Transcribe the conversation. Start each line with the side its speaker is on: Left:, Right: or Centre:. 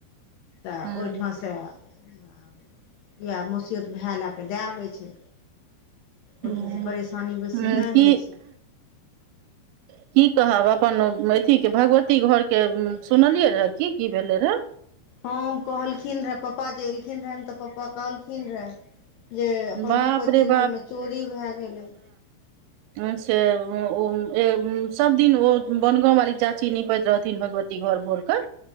Left: तऽ
Right: हूँ
Left: ओहिठाम से इएह मौसियौत भए लए कऽ दए आबै छै
Right: हूँ
Left: ओहिठामा सँ परेशानी बेसी
Right: हूँ
Left: ने
Right: की
Left: होइ छै
Right: की कहब अपन अथी के भगवती घरके सुनलियै रहे की की भेलै रहै
Left: हँ कहलखिन रहे पापा जे एलखिन रहे तऽ पप्पा कहलखिन रहे जे अपन
Right: बाप
Left: भगवती
Right: रे बाप
Left: घर मे चोरी भए गेलै
Right: अच्छा ओ ओ ए सबदिन ओ बनगाँव वाली चाची निपैत रहथिन भगवती घर भोर कऽ